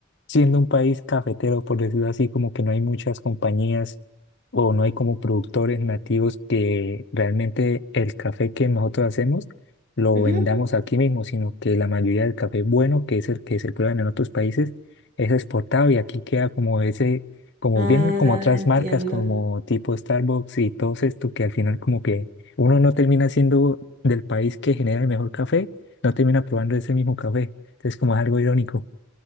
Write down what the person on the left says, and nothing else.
siendo un país cafetero, por decirlo así, como que no hay muchas compañías o no hay como productores nativos que realmente el café que nosotros hacemos lo
vendamos aquí mismo, sino que la mayoría del café bueno, que es el que se prueba en otros países, es exportado y aquí queda como ese, como
bien como otras
marcas como tipo Starbucks y todos esto que al final como que uno no termina siendo del país que genera el mejor café, no termina probando ese mismo café. Entonces, como es algo irónico.